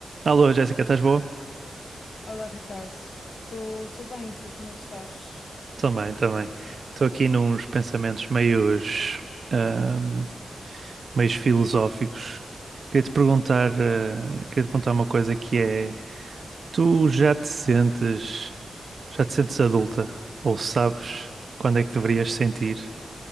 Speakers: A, on the right; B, on the left.
A: Alô, Jéssica, estás boa?
B: Olá, Ricardo. Estou bem, e tu como é que estás?
A: Também, também. Estou aqui nos pensamentos meios, ahm, meios filosóficos. Queria te perguntar, ah, queria te perguntar uma coisa que é, tu já te sentes, já te sentes adulta? Ou sabes quando é que deverias sentir?